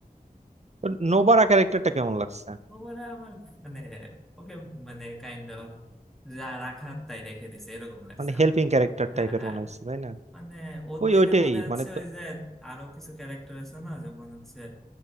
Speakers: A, on the right (about 45°); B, in the centre.
A: তো নোবারা ক্যারেক্টারটা কেমন লাগছে
B: ওরা আমার খুব মানে ওকে মানে কাইন্ড অফ যা রাখার তাই রেখে দিছে এরকম লাগছে
A: মানে হেল্পিং
B: আমার
A: ক্যারেক্টার
B: হ্যাঁ
A: টাইপের
B: হ্যাঁ
A: মনে হচ্ছে তাই না
B: মানে ওর
A: ওই
B: থেকে
A: ওইটাই
B: মনে হচ্ছে
A: মানে তো
B: ওই যে আরো কিছু ক্যারেক্টার আছে না যেমন হচ্ছে